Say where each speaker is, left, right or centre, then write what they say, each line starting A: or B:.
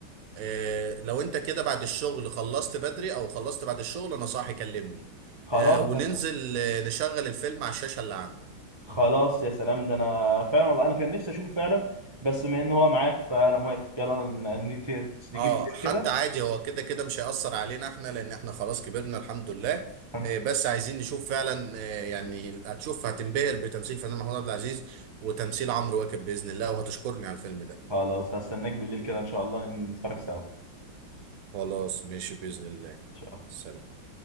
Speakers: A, on the right; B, on the right.
A: آه لو انت كده بعد الشغل خلصت بدري او خلصت بعد الشغل انا صاحي كلمني
B: خلاص
A: آه وننزل
B: ده
A: آه، نشغل الفيلم على الشاشه اللي عندك
B: خلاص يا سلام ده انا فعلا والله انا كان نفسي اشوف فعلا بس بما ان هو معاك فانا موافق يلا ن- نت- تيجي
A: اه
B: بالليل
A: حتى
B: كده
A: عادي هو كده كده مش هيأثر علينا احنا لان احنا خلاص كبرنا الحمد لله
B: <laughs>
A: آه بس عايزين نشوف فعلا آه يعني هتشوف هتنبهر بتمثيل فنان محمود عبد العزيز وتمثيل عمرو واكد باذن الله وهتشكرني على الفيلم ده
B: خلاص هستناك بالليل كده ان شاء الله نتفرج سوا إن
A: خلاص ماشي بإذن الله
B: شاء الله
A: سلام